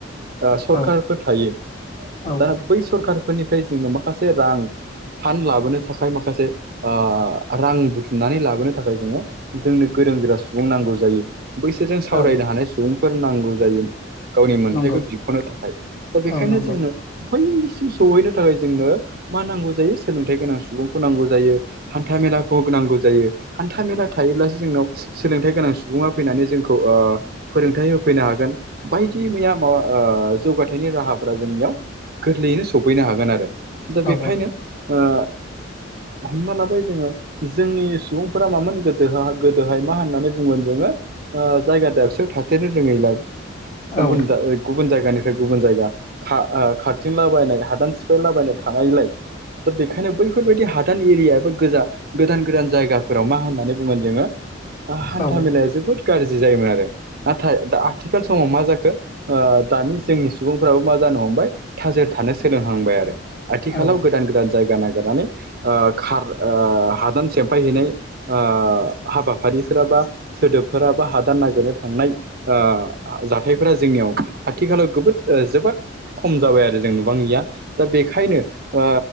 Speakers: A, on the right (about 55°); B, on the left (about 45°).
A: ओ सरखारफोर
B: औ
A: थायो
B: औ
A: दाना बै सरखार फोरनिफ्राय जोंनो माखासे रां फान् लाबोनो थाखाय माखासे ओ रां बुथुमनानै लाबोनो थाखाय जोङो जोंनो गोरों गोरा सुबुं नांगौ जायो। बैसोरजों सावरायनो
B: औ
A: हानाय सुबुंफोर नांगौ जायो। गावनि मोनथायखौ
B: नंगौ
A: बिख'नो थाखाय दा बेखायनो
B: औ नंगौ
A: जोंनो बैसिम सहैनो थाखाय जोंनो मा नांगौ जायो सोलोंथाइ गोनां सुबुंखौ नांगौ जायो। हान्था मेलाखौ नांगौ जायो हान्था मेला थायोब्लासो जोंनाव सोलोंथाइ गोनां सुबुडां फैनानै जोंखौ ओ फोरोंथाइ हो फैनो हागोन बायदि मैया माबा ओ जौगाथायाइनि राहाफोरा जोंनियाव गोरलैयैनो सफैनो हागोन आरो दा
B: औ
A: बेखायनो
B: औ
A: ओ हमना लाबाय जोङो जोंनि सुबुंफोरा मामोन गोदो गोदोहाय मा होननानै बुंगोन जोङो ओ जायगा दाबसेयाव थाथेरनो रोङैलाय
B: औ
A: गुबुन दा गुबुन जायगानिफ्राय गुबुन जायगा खा ओ खाारथिंलाबायनाय हादान सिफायलाबायनाय थानायलाय दा बेखायनो बैफोरबायदि हादान एरियाबो गोजा गोदान गोदान जायगाफोराव मा होननानै बुगोन जोङो ओ हान्था
B: औ
A: मेलाया जोबोद गाज्रि जायोमोन आरो। नाथाय दा आथिखाल समाव मा जाखो ओ दानि जोंनि सुबुंफ्राबो मा जानो हमबाय थाजिर थानो सोलोंहांबाय आरो। आथिखालाव
B: औ औ
A: गोदान गोदान जायगा नागिरनानै ओ खार ओ हादान सेमफायहैनाय ओ हाबाफारिफोरा बा सोदोबफोरा बा हादान नागिरनो थांनाय ओ जाथायफोरा जोंनियाव आथिखालाव गोबोद जोबोद खम जाबाय आरो जों नुबांडैं या। दा बेखायनो ओ